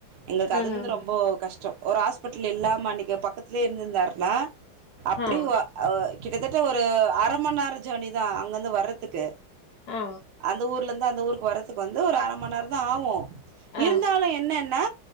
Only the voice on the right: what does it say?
எங்களுக்கு
அதுல இருந்து ரொம்ப கஷ்டோ ஒரு ஹாஸ்பிட்டல் இல்லாம அன்னிக்கி பக்கத்து திலயே இருந்திருந்தாருனா அப்படி
வ <unintelligible> கிட்டத்தட்ட ஒரு அரமண்நேரோ ஜனி தா அங்கந்து வர்றதுக்கு
அந்த ஊர்ல இருந்து தா அந்த ஊருக்கு வரத் துக்கு வந்து ஒரு அரை மண்நேர தா ஆகு
இருந்தாலு என்னன்னா